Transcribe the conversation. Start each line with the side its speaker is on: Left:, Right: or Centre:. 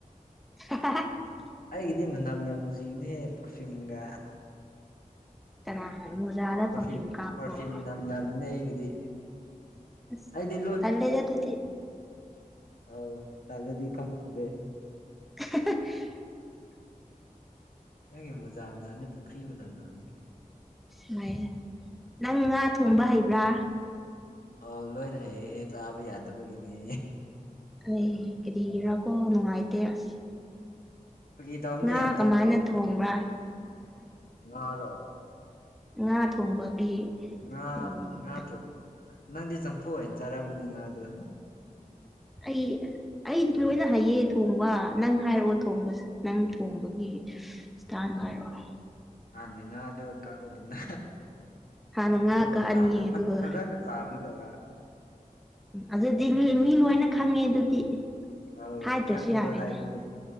Centre: <unintelligible>
Left: ꯑꯩꯒꯤꯗꯤ ꯃꯅꯥꯝ ꯌꯥꯝ ꯅꯨꯡꯁꯤꯕꯅꯤꯍꯦ ꯄꯥꯔꯐꯤꯌꯨꯝꯒ
Centre: ꯀꯅꯥ ꯃꯣꯖꯥꯗ
Left: ꯄꯔꯐ꯭ꯌꯨꯝ
Centre: ꯀꯥꯞꯄ꯭ꯔꯣ
Left: ꯄꯔꯐ꯭ꯌꯨꯝ ꯃꯅꯝ ꯅꯝꯕꯅ ꯑꯩꯒꯤꯗꯤ
Centre: ꯑꯁ
Left: ꯑꯩꯗꯤ
Centre: ꯇꯜꯂꯦꯗ ꯑꯗꯨꯗꯤ
Left: ꯑꯥꯎ ꯇꯜꯂꯗꯤ ꯈꯪꯗ꯭ꯔꯦ
Centre: <unintelligible>
Left: ꯅꯪꯒꯤ ꯃꯣꯖꯥ ꯃꯅꯝꯗꯣ ꯄꯨꯈ꯭ꯔꯤ ꯃꯅꯝ ꯅꯃꯝꯅꯤ
Centre: ꯁꯥꯢꯍꯦ ꯅꯪ ꯉꯥ ꯊꯣꯡꯕ ꯍꯩꯕ꯭ꯔꯥ
Left: ꯑꯣ ꯂꯣꯏꯅ ꯍꯩꯌꯦꯦ ꯆꯥꯕ ꯌꯥꯗꯕꯒꯤꯅꯦ
Centre: ꯑꯦ ꯀꯔꯤꯒꯤꯔꯥꯀꯣ ꯅꯨꯡꯉꯥꯏꯇꯦ ꯑꯁ
Left: ꯐꯥꯒꯤ ꯇꯧꯕꯅꯦ
Centre: ꯉꯥ
Left: ꯌꯥꯝ
Centre: ꯀꯃꯥꯏꯅ ꯊꯣꯡꯕꯔꯥ
Left: ꯉꯥ ꯔꯣ
Centre: ꯉꯥ ꯊꯣꯡꯕꯒꯤ
Left: ꯉꯥ
Centre: ꯎꯝ
Left: ꯉꯥ ꯊꯣꯛ ꯅꯪꯗꯤ ꯆꯝꯐꯨ ꯍꯥꯏꯅ ꯆꯥꯔꯝꯒꯅꯤ ꯉꯥꯗꯨ
Centre: ꯑꯩ ꯑꯩꯗꯤ ꯂꯣꯏꯅ ꯍꯩꯌꯦ ꯊꯣꯡꯕ ꯅꯪ ꯍꯥꯏꯔꯛꯑꯣ ꯊꯣꯡꯕꯁꯦ ꯅꯪ ꯊꯣꯡꯕꯒꯤ ꯏꯁꯇꯥꯏꯟ ꯅꯪ ꯍꯥꯢꯔꯛꯑꯣ
Left: ꯍꯥꯟꯅ ꯉꯥꯗꯣ ꯀꯛꯑꯣꯗꯅ
Centre: ꯍꯥꯟꯅ ꯉꯥ
Left: ꯑꯗꯨꯒ
Centre: ꯀꯛꯑꯅꯤ
Left: ꯇꯥꯟ
Centre: ꯑꯗꯨꯒ
Left: ꯐ ꯐꯖꯅ ꯆꯥꯝꯒꯗꯕ
Centre: ꯑꯗꯨꯗꯤ ꯃꯤ ꯂꯣꯏꯅ ꯈꯪꯉꯦ ꯑꯗꯨꯗꯤ
Left: ꯑꯧ
Centre: ꯍꯥꯏꯗ꯭ꯔꯁꯨ
Left: ꯈꯪꯕꯗꯣ
Centre: ꯌꯥꯔꯦꯅꯦ
Left: ꯍꯥꯏꯕꯅꯤ